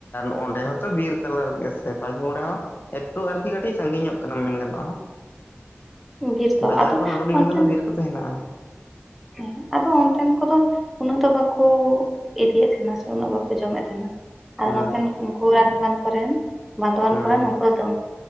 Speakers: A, on the left (about 50°); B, in the centre.
A: <unintelligible> ᱚᱸᱰᱮ ᱦᱚᱸᱛᱚ ᱵᱤᱨ ᱛᱟᱞᱟ ᱨᱮᱜᱮ ᱥᱮ ᱯᱟᱸᱪ ᱢᱩᱲᱟ ᱦᱚᱸ ᱾ ᱮᱠᱴᱩ ᱟᱨᱠᱤ ᱠᱟᱹᱴᱤᱡ ᱥᱟᱺᱜᱤᱧ ᱧᱚᱜ ᱠᱟᱱᱟ ᱢᱮᱱ ᱜᱟᱱᱚᱜᱼᱟ ᱾
B: ᱦᱮᱸ ᱵᱤᱨ ᱫᱚ
A: ᱵᱟᱡᱟᱨ
B: ᱟᱫᱚ
A: ᱠᱷᱚᱱ ᱩᱰᱩᱠ ᱞᱮᱱᱠᱷᱟᱱ
B: ᱚᱱᱛᱮᱱ
A: ᱫᱚ ᱵᱤᱨ ᱠᱚᱫᱚ ᱦᱮᱱᱟᱜᱼᱟ ᱾
B: ᱦᱮᱸ ᱟᱫᱚ ᱚᱱᱛᱮᱱ ᱠᱚᱫᱚ ᱩᱱᱟᱹᱜ ᱫᱚ ᱵᱟᱠᱚ ᱤᱫᱤᱭᱮᱫ ᱛᱟᱦᱮᱸᱱᱟ, ᱥᱮ ᱩᱱᱟᱹᱜ ᱵᱟᱠᱚ ᱡᱚᱢᱮᱫ ᱛᱟᱦᱮᱸᱱᱟ ᱾ ᱟᱫᱚ
A: ᱦᱮᱸ
B: ᱱᱚᱛᱮᱱ ᱠᱚ ᱨᱟᱱᱤ ᱵᱟᱫᱷ ᱠᱚᱨᱮᱱ ᱵᱟᱸᱫᱣᱟᱱ ᱠᱚᱨᱮᱱ
A: ᱦᱳᱭ ᱦᱳᱭ
B: ᱱᱚᱝᱠᱟ ᱫᱚ